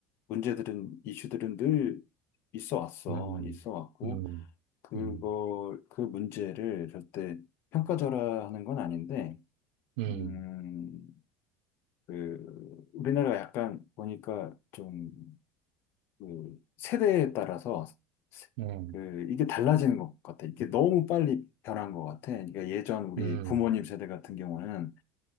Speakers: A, on the left; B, on the right.
A: 문제들은, 이슈들은 늘 있어 왔어.
B: 음,
A: 있어 왔고,
B: 음,
A: 그걸,
B: 음,
A: 그 문제를 절대 평가절하하는 건 아닌데,
B: 음,
A: 음, 그, 우리나라가 약간 보니까 좀, 그, 세대에 따라서
B: 음,
A: 그, 이게 달라지는 것 같아. 이게 너무 빨리 변한 것 같아. 그러니까 예전 우리
B: 음,
A: 부모님 세대 같은 경우는